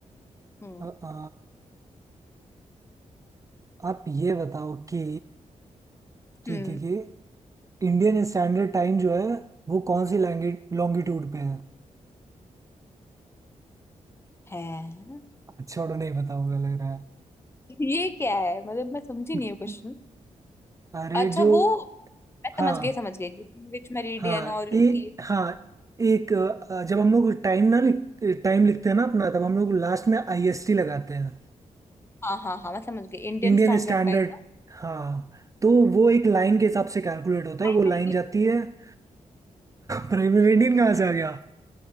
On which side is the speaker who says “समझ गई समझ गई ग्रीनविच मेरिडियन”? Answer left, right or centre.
Left